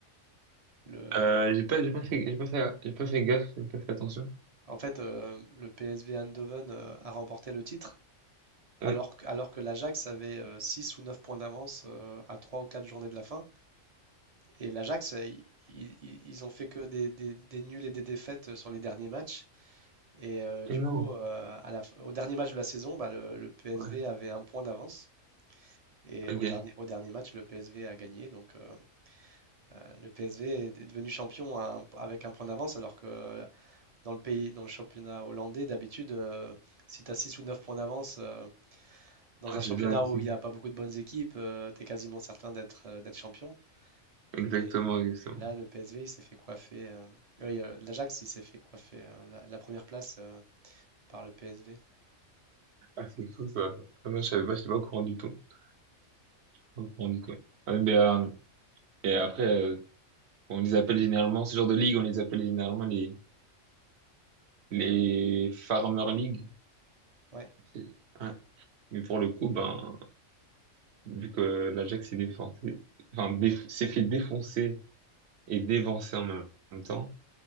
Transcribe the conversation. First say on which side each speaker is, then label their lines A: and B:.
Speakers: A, on the right (about 35°); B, on the right (about 60°).
A: Le,
B: Euh, j'ai pas, j'ai pas fait, j'ai pas fait, j'ai pas fait gaffe, j'ai pas fait attention.
A: en fait, euh, le PSV Eindhoven euh, a remporté le titre, alors,
B: Ouais.
A: que- alors que l'Ajax avait euh, 6 ou 9 points d'avance euh, à 3 ou 4 journées de la fin. Et l'Ajax, euh, i- i- i- ils, ont fait que des, des- des nuls et des défaites euh, sur les derniers matchs. Et euh, du
B: Et non.
A: coup, euh, à la f- au dernier match de la saison, bah, le, le PSV
B: Ouais,
A: avait un point d'avance. Et
B: ok.
A: au dernier, au dernier match, le PSV a gagné. Donc, euh, euh, le PSV est est devenu champion à un- avec un point d'avance, alors que euh, dans le pays, dans le championnat hollandais, d'habitude, euh, si tu as 6 ou 9 points d'avance, euh, dans
B: Ouais,
A: un
B: c'est
A: championnat
B: ça.
A: où
B: c'est-
A: il n'y a pas beaucoup de bonnes équipes, tu es quasiment certain d'être euh, d'être champion.
B: Exactement,
A: Et
B: exactement.
A: là, le PSV, il s'est fait coiffer. euh, oui, euh, l'Ajax, il s'est fait coiffer euh, la, la première place euh, par le PSV.
B: Ah, c'est fou ça. Ah, moi, je savais pas, j'étais pas au courant du tout. J'étais Pas au courant du tout. Ouais, mais, euh, et après, euh, on les appelle généralement, ce genre de ligue, on les appelle généralement les, les Farmer League.
A: Ouais,
B: C'est- ouais. Mais pour le coup, ben, vu que l'Ajax s'est défoncé, enfin, déf- s'est fait défoncer et dévancer en même temps,